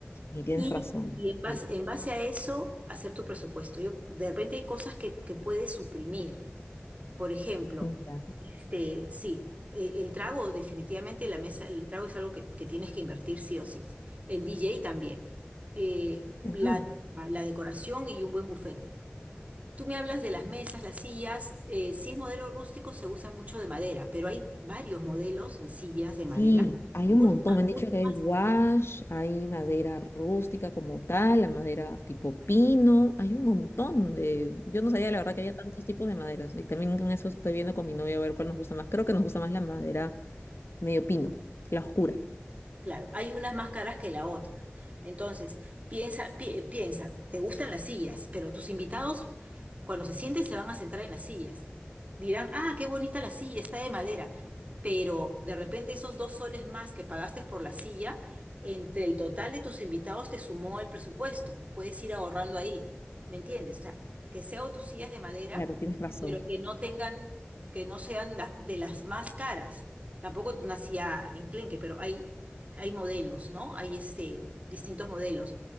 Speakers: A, on the left; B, on the right.
A: Y tienes
B: Y,
A: razón.
B: y en base,
A: Sí.
B: en base a eso, hacer tu presupuesto. Yo, de repente hay cosas que, que puedes suprimir. Por ejemplo,
A: Mira.
B: este, sí, eh, el trago, definitivamente la mesa, el trago es algo que, que tienes que invertir sí o sí. El DJ también. Eh,
A: Ah,
B: la, la decoración y un buen buffet. Tú me hablas de las mesas, las sillas. eh, si es modelo rústico, se usa mucho de madera, pero hay varios modelos de sillas de madera.
A: sí, hay un
B: Unas
A: montón.
B: más,
A: Me han dicho
B: unas
A: que
B: más
A: hay wash, hay madera rústica como tal, la madera tipo pino. Hay un montón de. Yo no sabía, la verdad, que había tantos tipos de maderas. Y también con eso estoy viendo con mi novia a ver cuál nos gusta más. Creo que nos gusta más la madera medio pino, la oscura.
B: Claro, hay unas más caras que las otras. Entonces, piensa, pi- piensa, te gustan las sillas, pero tus invitados, cuando se sienten, se van a sentar en las sillas. Dirán, ah, qué bonita la silla, está de madera. Pero de repente esos dos soles más que pagaste por la silla, entre el total de tus invitados te sumó el presupuesto. Puedes ir ahorrando ahí, ¿me entiendes? O sea, que sea o tus sillas de madera
A: Claro, tienes razón.
B: pero que no tengan, que no sean las de las más caras. Tampoco nacía enclenque, pero hay, hay modelos, ¿no? Hay este, distintos modelos.